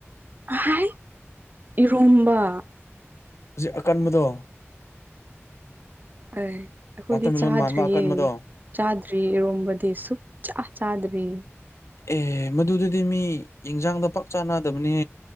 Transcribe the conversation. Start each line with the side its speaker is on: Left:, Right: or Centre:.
Right: ꯍꯥꯏ ꯏꯔꯣꯝꯕ
Left: ꯍꯧꯖꯤꯛ ꯑꯀꯟꯕꯗꯣ
Right: ꯑꯥꯏ ꯑꯩꯈꯣꯏꯗꯤ
Left: ꯋꯥꯇꯔꯃꯦꯂꯣꯟ
Right: ꯆꯥꯗ꯭ꯔꯤꯌꯦ
Left: ꯃꯥꯟꯕ ꯑꯀꯟꯕꯗꯣ
Right: ꯆꯥꯗ꯭ꯔꯤ ꯏꯔꯣꯝꯕꯗꯤ ꯁꯨꯛꯆꯥ ꯆꯥꯗ꯭ꯔꯤ
Left: ꯑꯦ ꯃꯗꯨꯗꯨꯗꯤ ꯃꯤ ꯏꯟꯖꯥꯡꯗ ꯄꯥꯛ ꯆꯥꯅꯗꯕꯅꯦ